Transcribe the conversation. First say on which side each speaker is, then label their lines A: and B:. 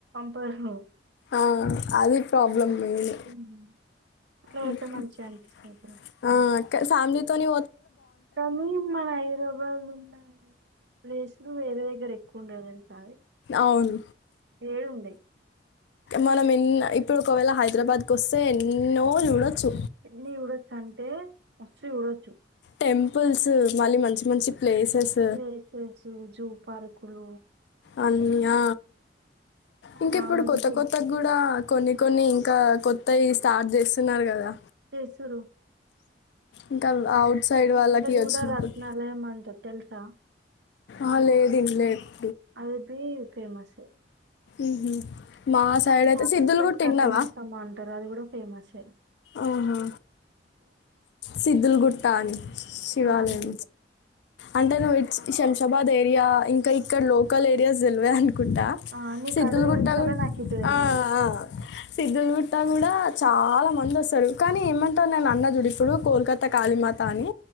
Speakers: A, on the right (about 65°); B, on the left (about 65°).
A: పర్హు
B: ఆ అది ప్రాబ్లమ్ మేనే
A: ఉమ్. అట్లా
B: ఉ
A: పోతే
B: ఊ
A: మంచిగా అనిపిస్తుంది బ్రో
B: ఆ ఫ్యామిలీతోని
A: కానీ మన హైదరాబాద్ ఉన్న ప్లేస్ ను వేరే దగ్గర ఎక్కువండదు తెలుసా అది
B: అవును
A: ఏం ఉండయి
B: మనం ఎన్న ఇప్పుడు ఒకవేళ హైదరాబాద్కి వస్తే ఎన్నో చూడొచ్చు
A: ఎన్ని చూడొచ్చు అంటే మస్తు చూడొచ్చు
B: టెంపుల్స్ మళ్ళీ మంచి మంచి ప్లేసెస్
A: ప్లేసెస్ జూ పార్కులు
B: అన్నా ఇంకా
A: రామోజీ
B: ఇప్పుడు కొత్త
A: ఫిలిం
B: కొత్త కూడా కొన్ని కొన్ని ఇంకా కొత్తవి స్టార్ట్ చేస్తున్నారు కదా
A: చేస్తుర్రు
B: ఇంకా అ ఔట్ సైడ్ వాళ్ళకి వచ్చినప్పుడు
A: కూడా రత్నాలయం అంటారు తెలుసా
B: అ లేదు ఇంగ లేదు
A: అది బీ ఫేమస్ ఏ
B: ఉహూ మా సైడ్ అయితే
A: చామరిపేట
B: సిద్దులు గుట్టి
A: కట్టమైసమ్మ
B: విన్నావా
A: అంటారు అది కూడా ఫేమస్ ఏ
B: ఆహా సిద్ధులగుట్ట అని శివాలయం
A: ఆహా లేదు
B: అంటే నువ్వు ఇట్స్ శంషాబాద్ ఏరియా ఇంకా ఇక్కడ లోకల్ ఏరియాస్ తెలివదు అను కుంటా
A: ఆ, నీకు
B: సిద్దుల్
A: అటు తెలుస్తలే
B: గుట్ట గు
A: నాకు ఇటు తెలియదు
B: ఆ ఆ సిద్దులు గుట్ట కూడా చాలా మంది వస్తారు కానీ ఏమంటారు నేను అన్న చూడు ఇప్పుడు కోల్కతా కాళీమాత అని